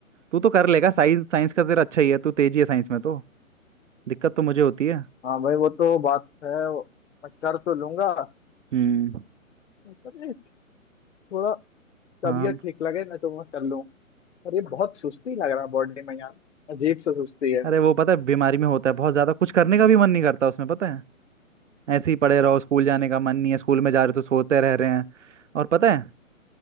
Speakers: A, on the right; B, on the left.
A: तू तो कर लेगा साइंस साइंस का तेरा अच्छा ही है तू तेजी है साइंस में तो दिक्कत तो मुझे होती है
B: हाँ भाई वो तो बात है वो मैं कर तो लूंगा
A: हम्म
B: मतलब ये थोड़ा
A: हाँ
B: तबीयत ठीक लगे ना तो मैं कर लूँ पर ये बहुत सुस्ती लग रहा है बॉडी में यार अजीब सा सुस्ती है
A: अरे वो पता है बीमारी में होता है बहुत ज़्यादा कुछ करने का भी मन नहीं करता उसमें पता है ऐसे ही पड़े रहो स्कूल जाने का मन नहीं है स्कूल में जा रहे हो तो सोते रह रहे हैं और पता है